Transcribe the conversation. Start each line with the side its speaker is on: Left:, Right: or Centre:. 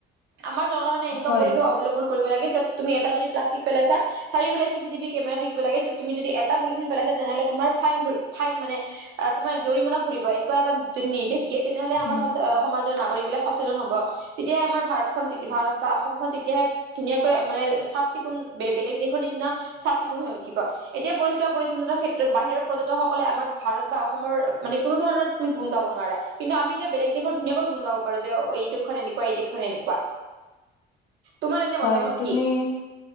Right: আমাৰ চৰকাৰখনে এনেকুৱা
Left: হয়,
Right: পৰিৱেশ অৱলম্বন লাগে য'ত তুমি এটা যদি প্লাষ্টিক পেলাইছা চাৰিওফালে চি চি টিভি কেমেৰা থাকিব লাগে য'ত তুমি যদি এটা পলিথিন পেলাইছে তেনেহলে তোমাৰ ফাইন ভৰি ফাইন মানে তোমাৰ জৰিমনা ভৰিব এনেকুৱা এটা যদি নিৰ্দেশ দিয়ে তেনেহলে আমাৰ
Left: উম,
Right: সচ সমাজৰ নাগৰিক বিলাক সচেতন হব তেতিয়াহে আমাৰ ভাৰত ভাৰত বা অসমখন তেতিয়াহে ধুনীয়াকৈ মানে চাফ চিকুণ বেলেগ দেশৰ নিচিনা চাফ চিকুণ হৈ উঠিব এতিয়া পৰিষ্কাৰ পৰিচ্ছন্নতাৰ ক্ষেত্ৰত বাহিৰৰ পৰ্যটকসকলে আমাৰ ভাৰত বা অসমৰ মানে কোনো ধৰণৰ গুণ গাব নোৱাৰা কিন্তু আমি এতিয়া বেলেগ দেশত ধুনীয়াকৈ গুণ গাব পাৰো যে এইটো এনেকুৱা এই দেশখনে এনেকুৱা তোমাৰ এনে
Left: হয়
Right: মতামত
Left: তুমি
Right: কি